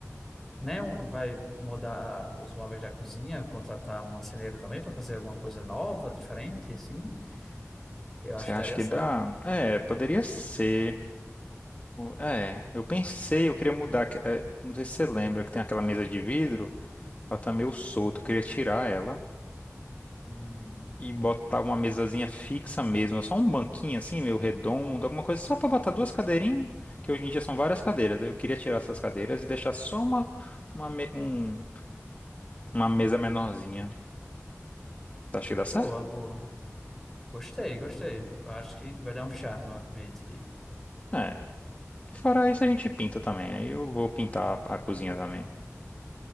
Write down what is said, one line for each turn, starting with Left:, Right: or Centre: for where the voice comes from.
Centre: Nem um- vai mudar os móveis da cozinha, contratar um marceneiro também para fazer alguma coisa nova, diferente, assim? Eu
Left: Você
Centre: acho
Left: acha
Centre: que daria
Left: que
Centre: certo.
Left: dá? É, poderia ser. É, eu pensei, eu queria mudar. que- é, não sei se você lembra que tem aquela mesa de vidro, ela tá meio solta, eu queria tirar ela
Centre: Hum,
Left: e botar uma mesazinha fixa mesmo, só um banquinho assim, meio redondo, alguma coisa, só pra botar duas cadeirinhas, que hoje em dia são várias cadeiras. Eu queria tirar essas cadeiras e deixar só uma, uma, me- um- uma mesa menorzinha. Você acha que dá certo?
Centre: boa, boa. Gostei, gostei. Eu acho que vai dar um charme ao ambiente.
Left: É. Fora isso, a gente pinta também. Aí eu vou pintar a cozinha também.